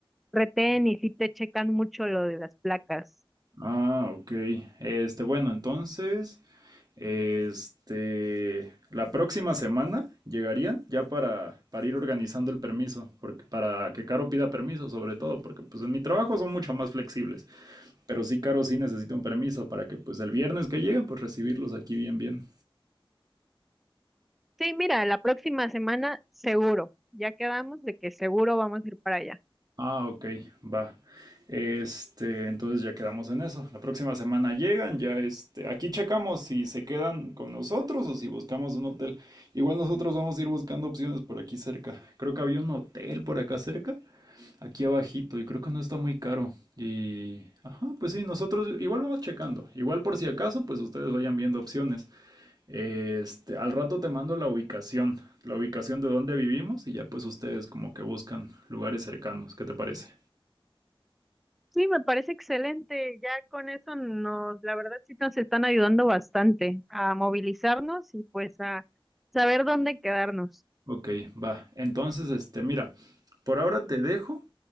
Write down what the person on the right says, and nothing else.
Ah, ok. Este, bueno, entonces, este, la próxima semana llegarían ya para, para ir organizando el permiso, porque para que Caro pida permiso, sobre todo, porque pues en mi trabajo son mucho más flexibles, pero sí, Caro sí necesita un permiso para que pues el viernes que lleguen, pues recibirlos aquí bien, bien.
Ah, ok, va. Este, entonces ya quedamos en eso. La próxima semana llegan, ya este, aquí checamos si se quedan con nosotros o si buscamos un hotel. Igual nosotros vamos a ir buscando opciones por aquí cerca. Creo que había un hotel por acá cerca aquí abajito y creo que no está muy caro. Y, ajá, pues sí, nosotros igual vamos checando. Igual por si acaso, pues ustedes vayan viendo opciones. Este, al rato te mando la ubicación, la ubicación de donde vivimos y ya pues ustedes como que buscan lugares cercanos. ¿Qué te parece?
Ok, va. Entonces, este, mira, por ahora te dejo,